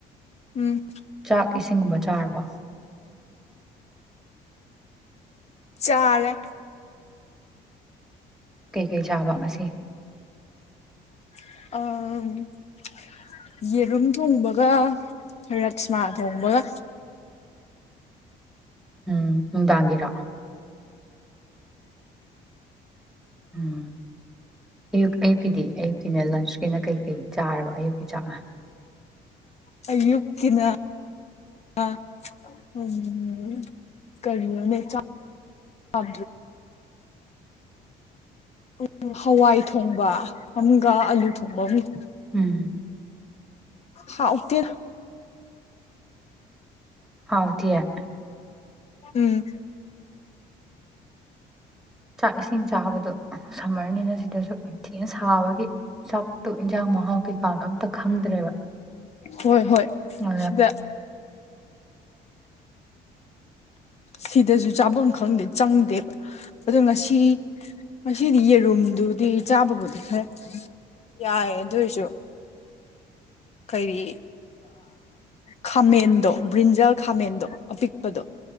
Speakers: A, on the left (about 40°); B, in the centre.
A: ꯎꯝ
B: ꯆꯥꯛ ꯏꯁꯤꯡꯒꯨꯝꯕ ꯆꯥꯔꯕ
A: ꯆꯔ
B: ꯀꯩꯀꯩ ꯆꯥꯕ ꯉꯁꯤ
A: ꯑ ꯌꯦꯔꯨꯝ ꯊꯣꯡꯕꯒ ꯔꯁꯃꯥ ꯊꯣꯡꯕꯒ
B: ꯎꯝ ꯅꯨꯡꯗꯥꯡꯒꯤꯔꯣ ꯎꯝ ꯑꯌꯨꯛ ꯑꯌꯨꯛꯀꯤꯗꯤ ꯑꯌꯨꯛꯀꯤꯅ ꯂꯟꯁꯀꯤꯅ ꯀꯩꯀꯩ ꯆꯥꯔꯕ ꯑꯌꯨꯛꯀꯤ ꯆꯥꯛꯅ
A: ꯀ ꯌꯨꯀꯤꯅ ꯑ ꯎꯝ ꯀ ꯆ ꯍꯥꯣ ꯎꯝ ꯍꯋꯥꯏ ꯊꯣꯡꯕ ꯑꯃꯒ ꯑꯂꯨ ꯊꯣꯡꯕ ꯑꯃꯒ
B: ꯎꯝ
A: ꯍꯥꯎ ꯎꯛꯇ
B: ꯍꯥꯎꯗꯤꯦ
A: ꯎꯝ
B: ꯆꯥꯛ ꯏꯁꯤꯡ ꯆꯥꯕꯗ ꯁꯝꯃꯔꯅꯤꯅ ꯁꯤꯗꯁꯨ ꯌꯥꯝ ꯊꯤꯅ ꯁꯥꯕꯒꯤ ꯆꯥꯛꯇꯨ ꯏꯟꯖꯥꯡ ꯃꯍꯥꯎ ꯀꯩꯀꯥꯅꯣ ꯑꯝꯇ ꯈꯪꯗ꯭ꯔꯦꯕ
A: ꯍꯣꯏ ꯍꯣꯏ
B: ꯑꯗꯨꯅ
A: ꯁꯤꯗ ꯁꯤꯗꯁꯨ ꯆꯥꯐꯝ ꯈꯪꯗꯦ ꯆꯪꯗꯦꯕ ꯑꯗꯣ ꯉꯁꯤ ꯉꯁꯤꯗꯤ ꯌꯦꯔꯨꯝꯗꯨꯗꯤ ꯆꯥꯕꯕꯨꯗꯤ ꯐꯔꯦ ꯌꯥꯏ ꯑꯗꯨꯏꯁꯨ ꯀꯔꯤ ꯈꯥꯃꯦꯟꯗꯣ ꯕ꯭ꯔꯤꯟꯖꯜ ꯈꯥꯃꯦꯟꯗꯣ ꯑꯄꯤꯛꯄꯗꯣ